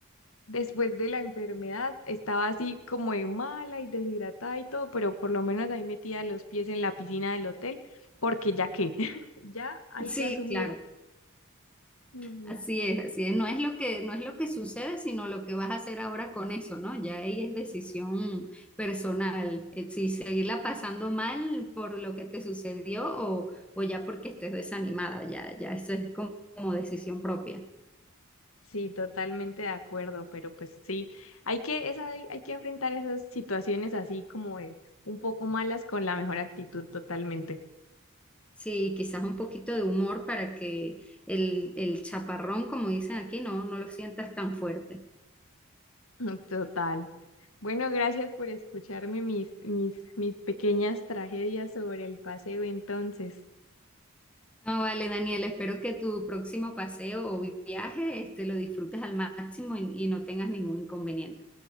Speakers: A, on the left (about 75°); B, in the centre.
A: después de la enfermedad estaba así como de mala y deshidratada y todo, pero por lo menos ahí metía los pies en la piscina del hotel, porque ya que, <laughs> ya hay
B: Sí,
A: que asumir.
B: claro.
A: Mm,
B: Así es, así es. No es lo que, no es lo que sucede, sino lo que vas a hacer ahora con eso, ¿no? Ya ahí es decisión personal. Eh, Si seguirla pasando mal por lo que te sucedió o, o ya porque estés desanimada, ya, ya eso es como, como decisión propia.
A: Sí, totalmente de acuerdo, pero pues sí, hay que, esa, hay hay que enfrentar esas situaciones así como de un poco malas con la mejor actitud, totalmente.
B: Sí, quizás un poquito de humor para que el, el chaparrón, como dicen aquí, no, no lo sientas tan fuerte.
A: <laughs> Total. Bueno, gracias por escucharme mis, mis, mis pequeñas tragedias sobre el paseo entonces.
B: No, vale, Daniela, espero que tu próximo paseo o viaje, este, lo disfrutes al máximo y y no tengas ningún inconveniente.